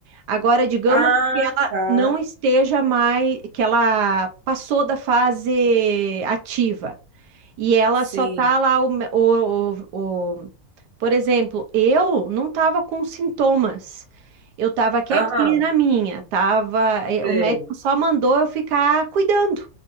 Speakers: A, on the right; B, on the right.
A: Agora, digamos
B: Ah,
A: que ela
B: tá.
A: não esteja mais, que ela passou da fase ativa e ela
B: Sim.
A: só tá lá o, o, o, por exemplo, eu não estava com sintomas. Eu estava quietinha
B: Aham.
A: na minha, tava, eh,
B: Sei.
A: o médico só mandou eu ficar cuidando,